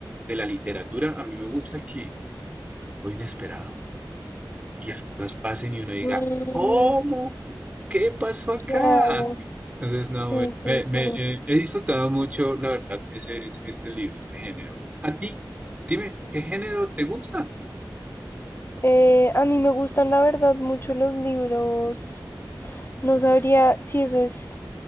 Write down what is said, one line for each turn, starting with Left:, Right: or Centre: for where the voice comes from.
Right: de la literatura, a mí me gusta que sea todo inesperado, que las cosas pasen y uno diga,
Left: Mm,
Right: ¿cómo? ¿Qué pasó acá?
Left: claro.
Right: Entonces, no,
Left: Sí,
Right: eh,
Left: sí,
Right: me, me,
Left: sí.
Right: eh, he disfrutado mucho, la verdad, ese, es- este libro, este género. ¿A ti? Dime, ¿qué género te gusta?
Left: Eh, a mí me gustan, la verdad, mucho los libros. No sabría si eso es